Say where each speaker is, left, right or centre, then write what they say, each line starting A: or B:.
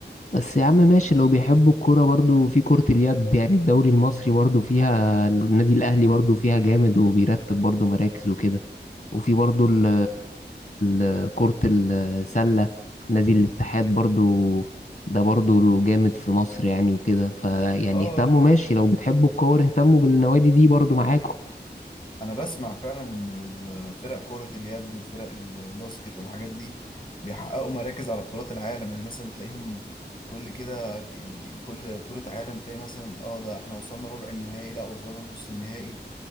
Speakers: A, on the left (about 40°); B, on the left (about 25°).
A: بس يا عم ماشي لو بيحبوا الكورة برضو في كرة اليد يعني الدوري المصري برضو فيها النادي الأهلي برضو فيها جامد وبيرتب برضو مراكز وكده وفي برضو ال ال- كرة السلة نادي الاتحاد برضو ده برضو جامد في مصر يعني وكده فيعني
B: آه
A: اهتموا ماشي لو بتحبوا الكورة اهتموا بالنوادي دي برضو معاكم
B: انا بسمع فعلا ان الفرق كرة اليد وفرق الباسكت والحاجات دي بيحققوا مراكز على بطولات العالم يعني مثلا تلاقيهم كل كده يعني كل بطولة عالم تلاقي مثلا اه ده احنا وصلنا ربع النهائي لا وصلنا نص النهائي